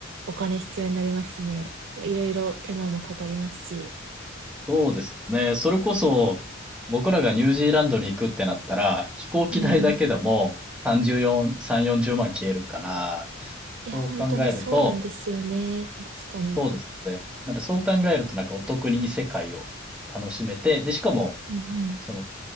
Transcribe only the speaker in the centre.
そうですね。それこそ、僕らがニュージーランドに行くってなったら、飛行機代だけでも34、
3、40万消えるから、
そう考えると、
そうですよね。なんでそう考えるとなんかお得に異世界を楽しめて、で、しかも、
その、